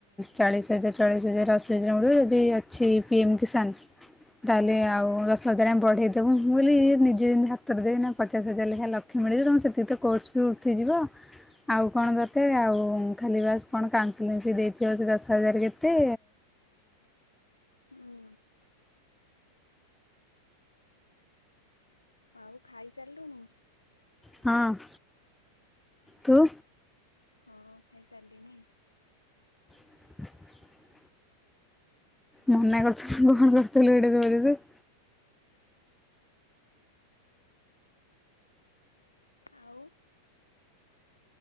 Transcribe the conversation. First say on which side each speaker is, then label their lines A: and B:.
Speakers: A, in the centre; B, on the left.
A: ଚାଳିଶ ହଜାର ଚାଳିଶ ହଜାର ଆସ। ଦଶଜାର ଗୁଡ଼ ଯଦି ଅଛି ପିଏମ୍ କିଷାନ ତାହେଲେ
B: ହୁଁ।
A: ଆଉ ଦଶ ହଜାର ଆମ ବଢ଼େଇ ଦ ବୁ ମୁଁ କହିଲି ଇଏ ନିଜେ ଯେିତି ହାତରେ ଦେବି ପଚାଶ ହଜାର ଲେଖା ଲକ୍ଷ୍ୟ ମିଳିଯିବ ତମେ ସେତିକି ତ କୋର୍ସ ବି ଉଠିଯିବ। ଆଉ କଣ ଦରକାର ଆଉ ଖାଲି ବାସ୍ କଣ କାଉନସେଲିଂ ବି ଦେଇଥିବ ସେ ଦଶ ହଜାର କେତେ
B: ହୁଁ ଆଉ ଖାଇସାରିଲୁଣି?
A: ହଁ <inaudible> ତୁ
B: ହଁ ଖାଇସାରିଲଣି।
A: <inaudible> ମନା କରୁଥିଲ କଣ କରୁଥିଲୁ ଏଡେ <inaudible>
B: ଆଉ